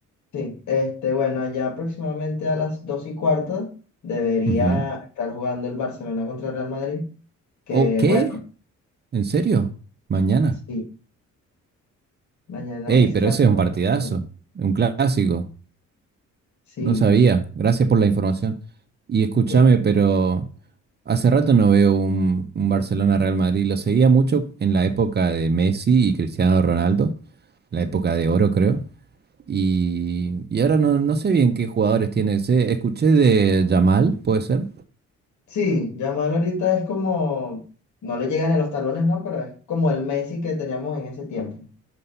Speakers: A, on the left (about 70°); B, on the right (about 35°).
A: Sí, este, bueno, allá aproximadamente a las dos y cuarto debería
B: Ujú.
A: estar jugando el Barcelona contra el Real Madrid, que
B: ¿O qué?
A: bueno,
B: ¿En serio? ¿Mañana?
A: sí, mañana
B: Ey,
A: es
B: pero
A: clásico
B: ese es un partidazo,
A: español.
B: un clásico.
A: Sí,
B: No sabía. Gracias por la información. Y escúchame,
A: este,
B: pero hace rato no veo un, un Barcelona-Real Madrid. Lo seguía mucho en la época de Messi y Cristiano Ronaldo, la época de oro, creo. Y, y ahora no, no sé bien qué jugadores tiene ese. Escuché de Yamal, ¿puede ser?
A: sí, Yamal ahorita es como, no le llegan a los talones, ¿no? Pero es como el Messi que teníamos en ese tiempo.